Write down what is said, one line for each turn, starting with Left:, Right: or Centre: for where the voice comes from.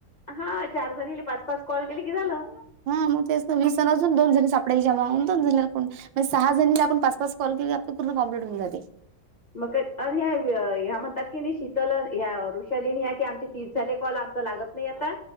Left: हा, चार जनिले, पाच- पाच कॉल केले की, झालं.
Right: हा, मग तेच तर. वीस न अजून दोन जनी सापडायच्या मग. दोन जनीला फोन म सहा जणीला आपण पाच - पाच कॉल केल की, आपल पूर्ण कॉम्प्लीट होऊ जाते.
Left: मग काय अन् ह्या, आ ह्या म्हणतात की नाही शीतल ह्या, ऋषालीनी ह्या की, आमचे तीस झाले कॉल. आमच लागत नाही, आता.